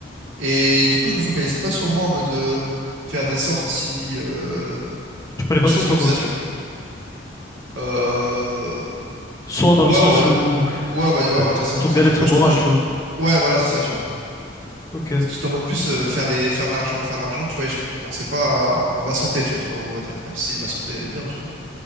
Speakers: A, on the right; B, on the left.
A: Et du coup, je me focalisais pas sur moi en mode euh, faire des sorties, euh,
B: Tu prenais pas
A: des choses
B: soin de toi,
A: comme
B: quoi.
A: ça, tu vois. Euh,
B: Soit
A: ouais,
B: dans le sens
A: on va, ouais,
B: où,
A: on va, ouais, on va dire ça
B: pour
A: comme
B: ton bien-être
A: ça, tu vois. Moi,
B: moral,
A: je pense, je-
B: tu vois.
A: ouais, voilà, c'est ça, tu vois.
B: Ok.
A: Parce que je t'en mode plus euh, faire des, faire de l'argent, faire de l'argent, tu vois. Et je pensais pas à, à ma santé, tu vois, on va dire. Même si ma santé, elle est bien, tu vois. Mais...